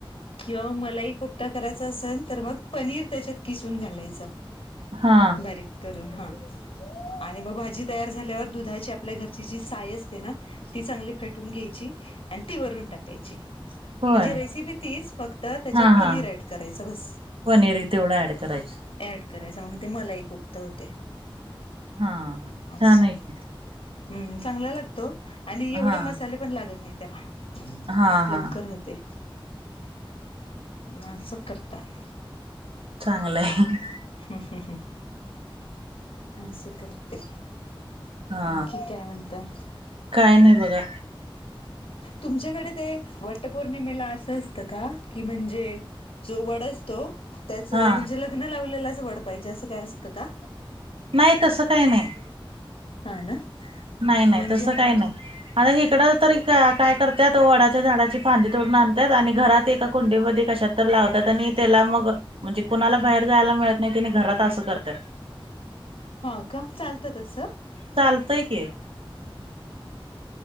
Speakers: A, on the left (about 80°); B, on the right (about 80°).
A: किंवा म मलाई कोपता करायचा आसन तर मग पनीर त्याच्यात किसून घालायचा.
B: हा
A: बारीक करून हा. आणि म भाजी तयार झाल्यावर दुधाची आपल्या घरची जी साय असते ना ती चांगली फेटून घ्यायची आणि ती वरून टाकायची.
B: होय
A: म्हणजे रेसिपीतीच फक्त त्याच्यात
B: हा
A: पनीर
B: हा
A: ऍड करायचं बस.
B: पनीर तेवढं ऍड करायचं.
A: ऍड करायच म ते मलाई कोपता होते
B: हा छान
A: आसं.
B: आहे की
A: हम्म चांगला लागतो आणि एवढे
B: हा
A: मसाले पण लागत नाही त्याला
B: हा
A: लवकर
B: हा
A: हो ते म आसं करतात
B: चांगलं हाय.
A: हू हू हू, आस करते.
B: हा
A: आणखी काय म्हणता
B: काय नाही बघा
A: तुमच्याकडे ते वटपौर्णिमेला आसं असतं का की म्हणजे जो वड असतो त्याच म्हणजे
B: हा
A: लग्न लावलेलाच वड पाहिजे असं काय असतं का?
B: नाही तसं काय नाही.
A: हा ना. म्हणजे
B: नाही नाही तसं काय नाही आता हिकडं तरी का काय करत्यात वडाच्या झाडाची फांदी तोडून आणत्यात आणि घरात एका कुंडीमध्ये कशात तर लावतात आणि त्याला मग म्हणजे कुणाला बाहेर जायला मिळत नाही तेनी घरात आसं करत्यात.
A: हा का चालतं तस?
B: चालतय की.
A: <inaudible>